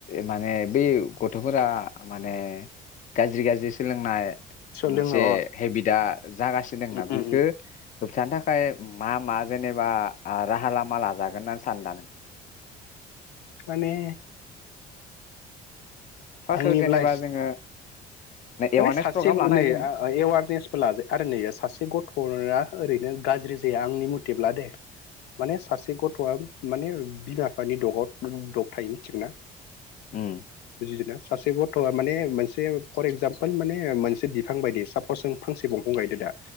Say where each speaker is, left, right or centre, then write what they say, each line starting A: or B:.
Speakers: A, on the left (about 50°); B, on the left (about 80°).
A: माने बै गथ'फोरा माने गाज्रि गाज्रि सोलोंनाय
B: सोर
A: मोनसे
B: लोङो अ
A: हेबिटआ जागासिनो दंना
B: उम उम
A: बेखौ
B: उम
A: होबथानो थाखाय मा मा जेनेबा आ‌ राहा लामा लाजागोन होननानै सानदा नों?
B: माने
A: फार्स्टआव
B: आंनिब्ला
A: जेनेबा जोङो
B: माने
A: एवारनेस
B: सासे
A: प्रग्राम लानो
B: नै
A: हायो जोङो
B: एवारनेसबो लाजाया आरो नै सासे गथ'ना ओरै नो गाज्रि जाया आंनि मथेब्ला दे माने सासे गथ'आ माने बिमा बिफानि द'गाव द'ग थायो मोनथिगोना?
A: उम।
B: बुजिदोंना सासे गथ'आ माने मोनसे फर एक्जामप ल माने मोनसे बिफां बायदि सापस जों फांसे दंफां गायदो दा